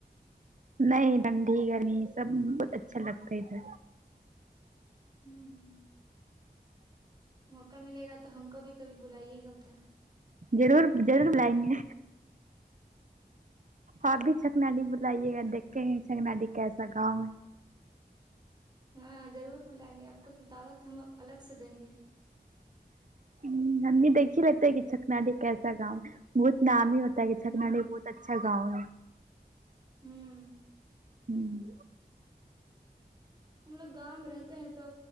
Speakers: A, on the right; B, on the right.
A: نہیں ٹھنڈی گرمی سب اچھا لگتا ہے ادھر
B: ھم م موقع ملے گا تو ہم کو بھی کبھی بلائیے گا ادھر
A: ضرور ضرور بلائیں گے آ بھی چھکناڈی بلائیے گا دیکھیں گے چکنای کیسا گاؤں ہے
B: ہاں ضرور بلائیں گے آپ کو تو دعوت ہم الگ سے دیں گے
A: ہ ہم بھی دیکھ ہی رہتے ہے کہ چکناڈی کیسا گاؤں ہے بہت نام ہی ہوتا تا کے چکنا
B: ہوں
A: ڈی بہت اچھا گاؤں
B: ہوں
A: ھم
B: ہم لوگ گاؤں میں رہتے ہیں تو